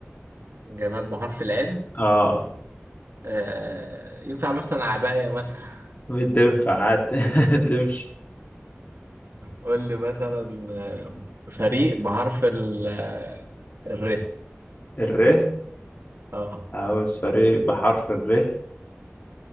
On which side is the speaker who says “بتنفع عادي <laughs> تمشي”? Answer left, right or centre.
Left